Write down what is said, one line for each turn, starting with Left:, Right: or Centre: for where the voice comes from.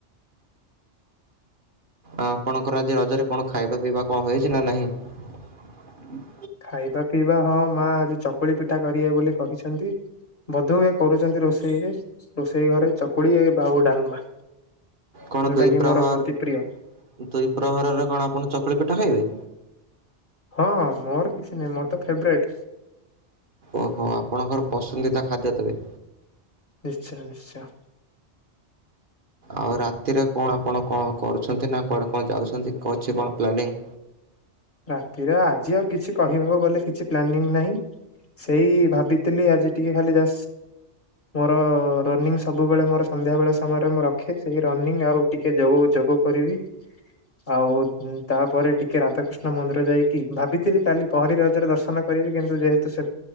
Right: ଆପଣଙ୍କର ଆଜି ରଜରେ କଣ ଖାଇବା ପିଇବା କଣ ହୁଏଛି ନା ନାହିଁ। <inaudible>
Left: ଖାଇବା ପିଇବା ହଁ ମା ଆଜି ଚକୁଳି ପିଠା କରିବେ ବୋଲି କହିଛନ୍ତି। ବୋଧହୁଏ କରୁଛନ୍ତି ରୋଷେଇରେ ରୋଷେଇ ଘରେ ଚକୁଳି ଆଉ ଡାଲମା।
Right: କଣ
Left: ଯୋଉଟା
Right: ଦୁଇ
Left: କି
Right: ପ୍ରହର
Left: ମୋର ଅତି ପ୍ରିୟ।
Right: <inaudible> ଦୁଇ ପ୍ରହରରେ କଣ ଆପଣ ଚକୁଳି ପିଠା ଖାଇବେ
Left: ହଁ ମୋର କିଛି ନାହିଁ ମୋର ତ ଫେବରେଟ। <inaudible>
Right: ଓହୋ ଆପଣଙ୍କର ପସନ୍ଦିତା ଖାଦ୍ୟ ତେବେ।
Left: ନିଶ୍ଚୟ ନିଶ୍ଚୟ।
Right: ଆଉ ରାତିରେ କଣ ଆପଣ କଣ କରୁଛନ୍ତି ନା କର। କଣ ଯାଉଛନ୍ତି ଅଛି କଣ ପ୍ଲାନିଂ।
Left: ରାତିରେ ଆଜି ଆଉ କିଛି କହିବାକୁ ଗଲେ କିଛି ପ୍ଲାନିଂ ନାହିଁ ସେଇ ଭାବିଥିଲି ଆଜି ଟିକେ ଖାଲି ଜ ମୋର ରନିଂ ସବୁବେଳେ ମୋର ସନ୍ଧ୍ୟା ବେଳେ ସମୟରେ ମୁଁ ରଖେ। ସେଇ ରନିଂ ଆଉ ଟିକେ ଯୋଗ ଯୋଗ କରିବି। ଆଉ ତାପରେ ଟିକେ ରାଧାକୃଷ୍ଣ କଣ ମନ୍ଦିର ଯାଇକି ଭାବିଥିଲି କାଲି ପହରି ରଜରେ ଦର୍ଶନ କରିବି କିନ୍ତୁ ଯେହେତୁ ସେ